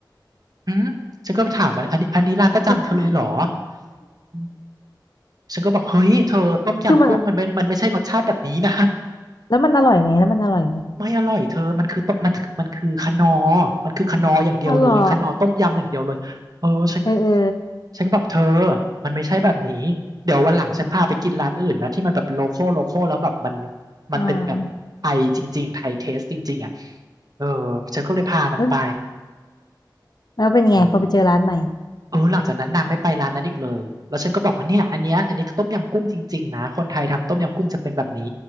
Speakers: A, on the right; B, on the left.
A: อืมฉันก็ถามมันอันนี้อันนี้ร้านประจำเธอเลยเหรอ
B: มัน
A: อืมฉันก็บอกเฮ้ยเธอต้มยำกุ้งมันไม่มันไม่ใช่รสชาติแบบนี้นะ
B: คือมันอะแล้วมันอร่อยไหมแล้วมันอร่อยไหม
A: ไม่อร่อยเธอมันคือต้มมันมันคือคะนอมันคือคะนออย่างเดียวเลยคะนอต้มยำอย่างเดียวเลยเออฉัน
B: อ๋อเหรอเออเออ
A: ฉันก็แบบเธอมันไม่ใช่แบบนี้ เดี๋ยววันหลังฉันพาไปกินร้านอื่นนะที่มันแบบโลคอลโลคอลแล้วแบบมันมันเป็นแบบไทยจริงๆ
B: อืม
A: ไทยเทสจริงๆอ่ะเออฉันก็เลยพามันไป
B: แล้วแล้วเป็นยังไงพอไปเจอร้านใหม่
A: เออ เออหลังจากนั้นนางไม่ไปร้านนั้นอีกเลยแล้วฉันก็บอกว่าเนี่ยอันเนี้ยอันนี้ก็ต้มยำกุ้งจริงๆนะคนไทยทำต้มยำกุ้งจะเป็นแบบนี้